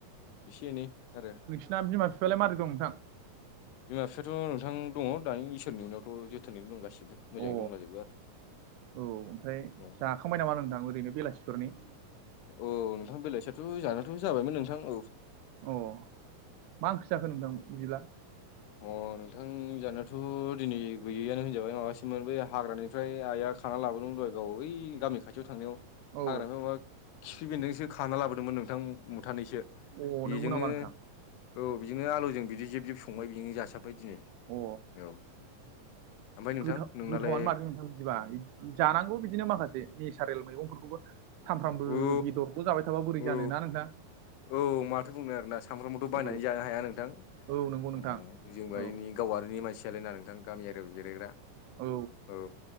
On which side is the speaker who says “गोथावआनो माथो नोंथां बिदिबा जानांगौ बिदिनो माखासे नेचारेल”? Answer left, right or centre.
Right